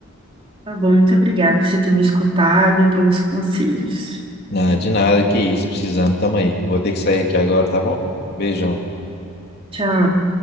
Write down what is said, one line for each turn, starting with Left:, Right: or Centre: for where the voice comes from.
Right: Tá bom, muito obrigada por você ter me escutado e pelos conselhos.
Left: Ah, de nada, que isso, precisando, tamo aí. Eu Vou ter que sair aqui agora, tá bom? Beijão.
Right: Tchau.